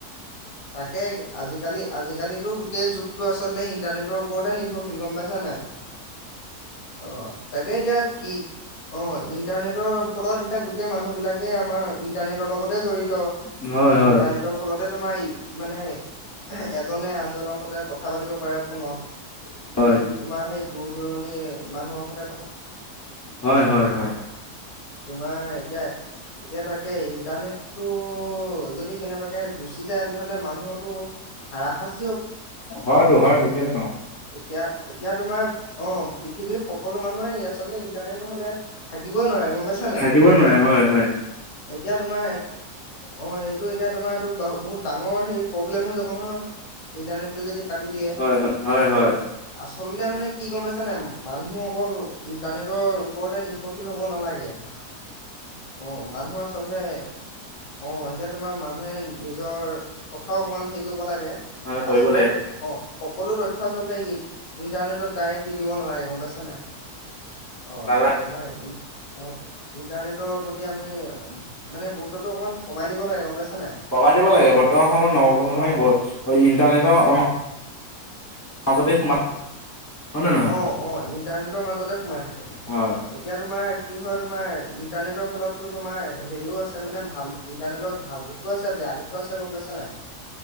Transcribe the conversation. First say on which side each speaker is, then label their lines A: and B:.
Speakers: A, on the left (about 70°); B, on the left (about 30°).
A: তাকে আজিকালি আজিকালি গোটেই যুগতটো আচলতে ইন্টাৰনেটৰ। গম পাইছা নাই অঁ তাকে এতিয়া কি অঁ ইন্টাৰনেটৰ ফলত এতি গোট মানুাক, তাকে আমাৰ, ইণ্টাৰনেটৰ লগতে জড়িত
B: হয় হয়
A: ইণ্টাৰনেটৰ ফলতে, তোমাৰ ই মানে এজনে আনজনৰ সতৈ কথা পাতিব পাৰে। ফনত
B: হয়
A: সেই তোমাৰ সেই, দূৰ দূৰণি মানুহৰ সতে
B: হয় হয় হয়।
A: তোমাৰ এতিয়া এতিয়া তাকে ইণ্টাৰনেটতটো যদি কেনেবাকে গুচি যায় তেনেহ'লে মানুহটো হাৰা খাচটি
B: হয়তো, হয়তো কিয়নো নহয়
A: তেতিয়া এতিয়া তোমাৰ অঁ পৃথিৱীৰ সকলো মানুহে আচলতে ইণ্টাৰনেট নহলে থাকিবই নোৱাৰে। গম পাইছ নাই।
B: থাকিবই নোৱাৰে হয় হয়
A: এতিয়া তোমাৰ অঁ এইটো এতিয়া তোমাৰ এইটো বহুত ডাঙৰ সেই প্ৰব্লেম হৈ যাব নহয় ইণ্টাৰনেট তটো যদি কাটি দিয়ে
B: হয় হয় হয় হয়
A: আচলতে মানে কি হয় গম পাইছানে নাই মানুহ অকল ইণ্টাৰনেটৰ ওপৰতে নিৰ্ভৰশীল হ'ব। <inaudible> অ মানুহ আচলতে অ এতিয়া তোমাৰ মানুহে নিজৰ কথাও অকমান হেৰি কৰিব লাগে
B: হয় কৰিব
A: আচলতে
B: লাগে
A: অ সকলোত উঠচলতে আহ <inaudible> ইণ্টানেটত ডাইৰেক্ দি দিব নালাগে। গম পাইছানে চানয় অ'
B: নালা
A: তোমাৰ অ' ইণ্টাৰনেটৰ প্ৰতি আমি মানে গুৰুত্ব অকমান কমাই দিব লাগে গম পাইছা নাই
B: কমাই দিব লাগে। বৰ্তমান সময়ত নৱপ্ৰজন্মই
A: অ
B: ইণ্টাৰনেটৰ মাজতে সোমাই হয় নে নহয়
A: অ অ ইণ্টাৰনেটৰ মাজতে সোমাই থাকে।
B: হয়
A: এতিয়া তোমাৰ কি হয় তোমাৰ ইণ্টাৰনেটত ফোনত তো তোমাৰ হেৰিও আছে মানে, ভাল ইণ্টাৰনেটৰ ভাল দিশো আছে বেয়া দিশো আছে গম পাইছা নে নাই।